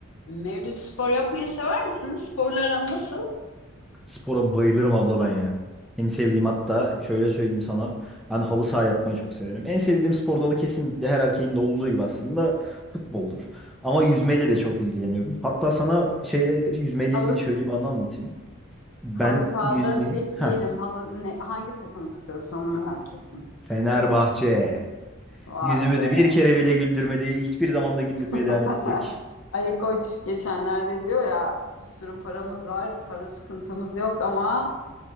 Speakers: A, on the left; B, in the centre.
A: Mevlüt spor yapmayı sever misin? Sporlar aran nasıl?
B: Spora bayılırım abla ben ya. En sevdiğim hatta şöyle söyleyeyim sana. Ben halı saha yapmayı çok severim. En sevdiğim spor dalı kesinlikle her erkeğin de olduğu gibi aslında futboldur. Ama yüzmeyle de çok ilgileniyorum. Hatta sana şeyle yüzmeyle
A: Halı,
B: ilgili şöyle bir anı anlatayım. Ben
A: halı sahada
B: yüzmeyi
A: bir bekleyelim.
B: ha
A: Halı, ne, hangi takımı tutuyorsun onu merak ettim.
B: Fenerbahçe
A: Vay
B: yüzümüzü
A: be.
B: bir kere bile güldürmedi. Hiçbir zaman da güldürmeye
A: <laughs>
B: devam etmeyecek.
A: Ali Koç geçenlerde diyor ya bir sürü paramız var, para sıkıntımız yok ama